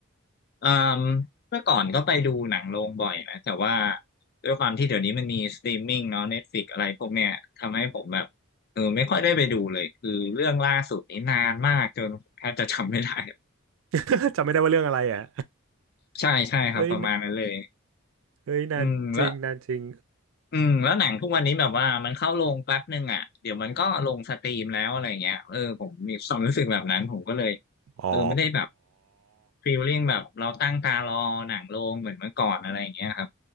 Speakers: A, on the left; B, on the right.
A: เอ่มเมื่อก่อนก็ไปดูหนังโรงบ่อยนะแต่ว่าด้วยความที่เดี๋ยวนี้มันมีสตรีมมิ่งเนาะ Netflix อะไรพวกเนี้ยทำให้ผมแบบเออไม่ค่อยได้ไปดูเลยคือเรื่องล่าสุดนี้นานมากจนแทบจะจำไม่ได้
B: <laughs> จำไม่ได้ว่าเรื่องอะไรอ่ะ
A: ใช่ใช่ครับประมาณนั้นเลย
B: เอ้ยเอ้ยนานจริงนานจริง
A: อืมแล้วอืมแล้วหนังทุกวันนี้แบบว่ามันเข้าโรงแป๊บนึงอ่ะเดี๋ยวมันก็ลงสตรีมแล้วอะไรเงี้ยเออผมมีความรู้สึกแบบนั้นผมก็เลย
B: อ๋อ
A: เออไม่ได้แบบฟีลลิ่งแบบเราตั้งตารอหนังโรงเหมือนเมื่อก่อนอะไรอย่างเงี้ยครับ